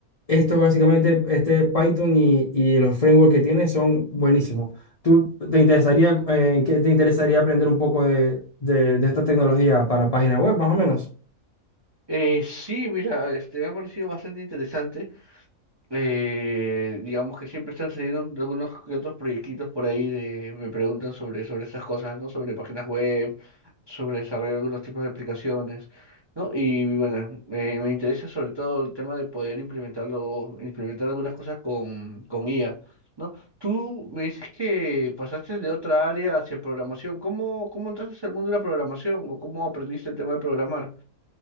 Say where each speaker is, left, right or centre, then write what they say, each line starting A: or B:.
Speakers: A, on the left; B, on the right.
A: esto básicamente, este Python y, y los frameworks que tiene son buenísimos. ¿Tú te interesaría, eh, que te interesaría aprender un poco de, de, de esta tecnología para página web, más o menos?
B: Eh, sí, mira, este, me ha parecido bastante interesante. eh, digamos que siempre están saliendo algunos que otros proyectitos por ahí de, me preguntan sobre, sobre esas cosas, ¿no? Sobre páginas web, sobre desarrollar algunos tipos de aplicaciones, ¿no? Y bueno, eh, me interesa sobre todo el tema de poder implementarlo, implementar algunas cosas con, con IA, ¿no? Tú me dices que pasaste de otra área hacia programación. ¿Cómo, cómo entraste al mundo de la programación o cómo aprendiste el tema de programar?